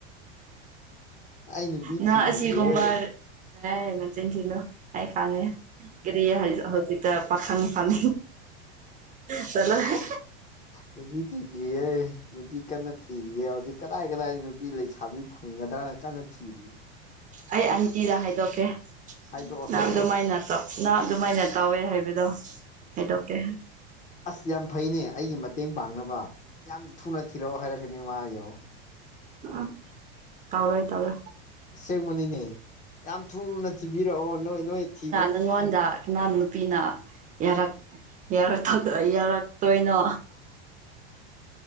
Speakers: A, on the left (about 25°); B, on the right (about 25°).
A: ꯑꯩ ꯅꯨꯄꯤ
B: ꯅꯪ
A: ꯊꯤꯗꯔꯤꯌꯦ
B: ꯑꯁꯤꯒꯨꯝꯕ ꯑꯦ ꯅꯆꯤꯟ ꯊꯤꯅꯣ ꯑꯩ ꯈꯪꯉꯦ ꯀꯔꯤ ꯍꯧꯖꯤꯛꯇ ꯄꯥꯈꯪ ꯐꯪ ꯆꯠꯂꯣꯍꯦ
A: ꯅꯨꯄꯤ ꯊꯤꯗ꯭ꯔꯤꯌꯦ ꯅꯨꯄꯤ ꯀꯟꯅ ꯊꯤꯔꯤꯌꯦ ꯍꯧꯖꯤꯛ ꯀꯗꯥꯏ ꯀꯗꯥꯏ ꯅꯨꯄꯤ ꯂꯩꯁꯥꯕꯤ ꯐꯪꯒꯗ꯭ꯔꯥꯅ ꯀꯟꯅ ꯊꯤꯔꯤ
B: ꯑꯩ ꯑꯟꯇꯤꯗ ꯍꯥꯏꯗꯣꯛꯀꯦ
A: ꯍꯥꯏꯗꯣꯛꯑꯣ
B: ꯅꯪ
A: ꯍꯥꯏꯗꯣꯛꯑꯣ
B: ꯑꯗꯨꯃꯥꯏꯅꯇꯣ ꯅ ꯑꯗꯨꯃꯥꯏꯅ ꯇꯧꯋꯦ ꯍꯥꯏꯕꯗꯣ ꯍꯥꯏꯗꯣꯛꯀꯦ
A: ꯑꯁ ꯌꯥꯝ ꯐꯩꯅꯦ ꯑꯩꯒꯤ ꯃꯇꯦꯡ ꯄꯥꯡꯅꯕ ꯌꯥꯝ ꯊꯨꯅ ꯊꯤꯔꯛꯑꯣ ꯍꯥꯏꯔꯛꯀꯅꯤ ꯃꯥ ꯌꯦꯡꯉꯨ
B: ꯎꯝ ꯇꯧꯒꯦ ꯇꯧꯒꯦ
A: ꯑꯁꯦꯡꯕꯅꯤꯅꯦ ꯌꯥꯝ ꯊꯨꯅ ꯊꯤꯕꯤꯔꯛꯑꯣ ꯅꯣꯏ ꯅꯣꯏ ꯊꯤꯕ
B: ꯑꯩꯉꯣꯟꯗ ꯅꯪ ꯅꯨꯄꯤꯅ ꯌꯥꯔꯛ ꯌꯥꯎꯔꯛꯇꯗ ꯌꯥꯎꯔꯛꯇꯣꯏꯅꯣ